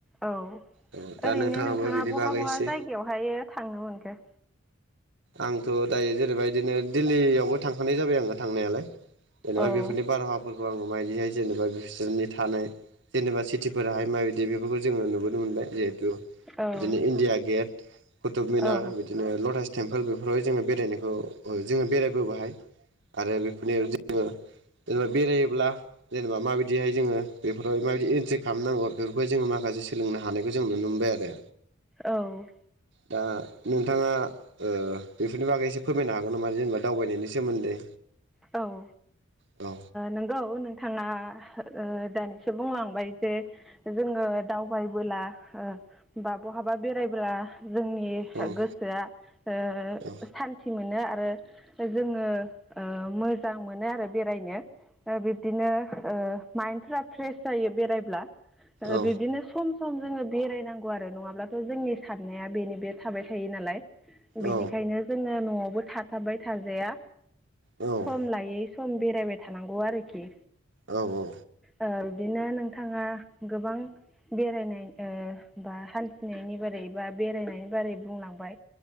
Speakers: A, in the centre; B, on the right.
A: औ
B: औ दा
A: ओरैनो
B: नोंथाङाबो
A: नोंथाङा
B: बिनि
A: बहा
B: बागै
A: बहा
B: एसे
A: जायगायावहाय थांनो मोनखो?
B: आंथ' दायो जेनेबा इदिनो दिल्लीयावबो थांखानाय जाबाय आङो थांनायालाय। जेनेबा
A: औ
B: बेफोरनि बारहावाफोरखौ आङो मायदिहाय जेनेबा बिसोरनि थानाय जेनेबा सिटिफोराहाय माबायदि बेफोरखौ जोङो नुबोनो मोनबाय। जिहेतु बिदिनो
A: औ
B: इण्डिया गेट, कुतुब मिनार,
A: औ
B: बिदिनो लटास टेम्पोल बेफोरावाय जोङो बेरायनायखौ जोङो बेरायबोबायहाय। आरो बेफोरनि जोङो जेनेबा बेरायोब्ला जेनेबा माबादिहाय जोङो बेफोराव माबायदि इन्ट्रि खालामनांगौ बेफोरखौ जोङो मा खा माखासे सोलोंनो हानायखौ जों नुनो मोनबाय आरो।
A: औ।
B: दा नोंथाङा ओ बेफोरनि बागै एसे फोरमायनो हागोन नामा जेनेबा दावबायनायनि सोमोन्दै?
A: औ।
B: औ।
A: नोंगौ नोंथाङा ओ दानिसो बुंलांबाय जे जोङो दावबायबो बोला ओ बा बहाबा बेरायबोला जोंनि
B: औ
A: गोसोआ ओ
B: औ
A: सान्थि मोनो आरो जोङो मोजां ओ मोनो आरो बेरायनो। ओ बिब्दिनो माइन्डफ्रा फ्रेस जायो बेरायब्ला। ओ
B: औ
A: बिब्दिनो सम सम जोङो बेरायनांगौ आरो नङाब्लाथ' जोंनि साननाया बेनो बे थाबाय थायो नालाय। बेनिखायनो
B: औ
A: जोङो न'आवबो थाथाबबाय थाजाया।
B: औ
A: सम लायै सम बेरायबाय थानांगौ आरोखि।
B: औ औ।
A: ओ बिब्दिनो नोंथाङा गोबां बेरायनाय ओ बा हान्थिनायनि बारै बा बेरायनायनि बारै बुंलांबाय।